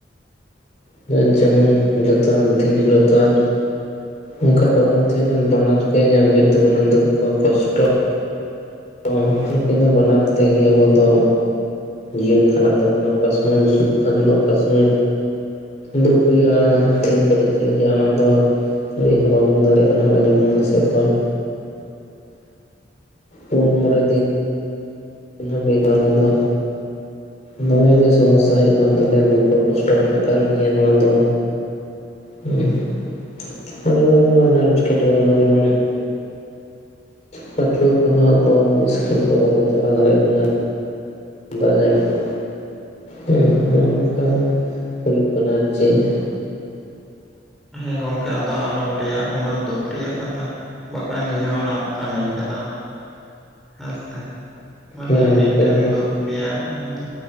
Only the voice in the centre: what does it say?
ᱦᱮᱸ ᱜᱚᱝᱠᱮ ᱟᱫᱚ ᱟᱞᱚᱢ ᱞᱟᱹᱭᱟ ᱩᱱᱟᱹᱜ ᱫᱩᱠ ᱨᱮᱭᱟᱜ ᱠᱟᱛᱷᱟ᱾ ᱵᱟᱠᱷᱟᱱ ᱤᱧ ᱦᱚᱸ ᱨᱟᱜ ᱥᱟᱱᱟᱧ ᱠᱟᱱᱟ ᱦᱮᱸ ᱥᱮ ᱢᱟᱱᱮ
ᱢᱤᱫᱴᱮᱱ
ᱫᱩᱠ ᱨᱮᱭᱟᱜ ᱟᱫᱚ